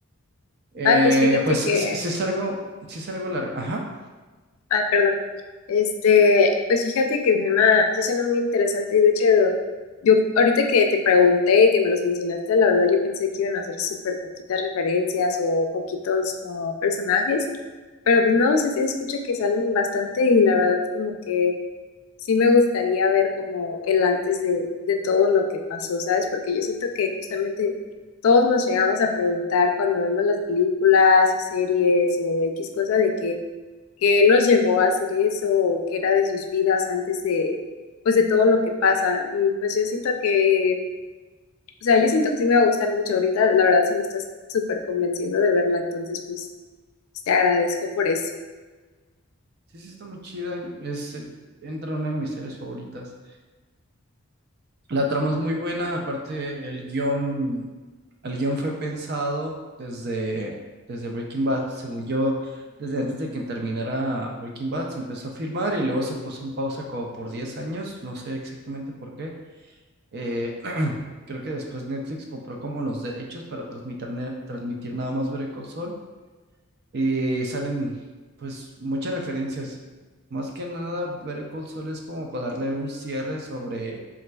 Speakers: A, on the right; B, on the left.
A: Eh,
B: Ah, pues fíjate
A: pues
B: que,
A: sí, sí es algo, sí es algo largo. Ajá.
B: ah, perdón. Este, pues fíjate que suena, sí suena muy interesante y de hecho, yo ahorita que te pregunté y que me los mencionaste, la verdad yo pensé que iban a ser súper poquitas referencias o poquitos como personajes, pero pues no, o sea, sí escucho que salen bastante y la verdad como que sí me gustaría ver como el antes de, de todo lo que pasó, ¿sabes? Porque yo siento que justamente todos nos llegamos a preguntar cuando vemos las películas o series o X cosa de que qué los llevó a hacer eso o qué era de sus vidas antes de, pues de todo lo que pasa. Y pues yo siento que, o sea, yo siento que sí me va a gustar mucho ahorita, la verdad sí me estás súper convenciendo de verla, entonces pues pues, te agradezco por eso.
A: Sí, sí está muy chida. Es, eh, entra una de mis series favoritas. La trama es muy buena, aparte el guión, el guión fue pensado desde, desde Breaking Bad, según yo, desde antes de que terminara Breaking Bad, se empezó a filmar y luego se puso en pausa como por 10 años, no sé exactamente por qué. Eh, <clears throat> creo que después Netflix compró como los derechos para transmitir, na- transmitir nada más Better Call Saul y salen pues muchas referencias. Más que nada, Better Call Saul es como para darle un cierre sobre